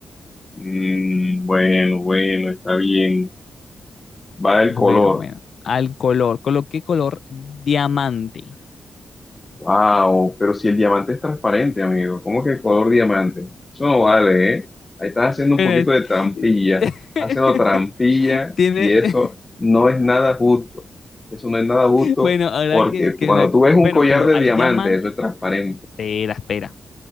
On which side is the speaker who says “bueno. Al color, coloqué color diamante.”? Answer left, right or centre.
Left